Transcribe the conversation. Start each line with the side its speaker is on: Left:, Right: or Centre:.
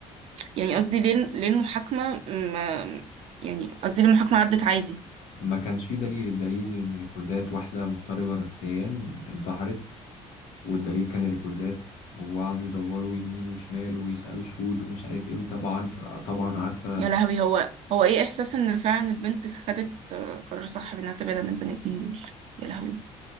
Right: يعني قصدي ليه ليه المحاكمة ما يعني قصدي ليه المحاكمة عدت عادي
Left: ما كانش فيه دليل الدليل ان ريكوردات واحدة مضطربة نفسيا انتحرت والدليل كان الريكوردات وقعدوا يدوروا يمين وشمال ويسألوا شهود ومش عارف ايه طبعا طبعا عارفة
Right: يا
Left: هي
Right: لهوي هو هو ايه إحساس إن فعلا البنت خدت آه، قرار صح بإنها تبعد عن البني آدمين دول يا لهوي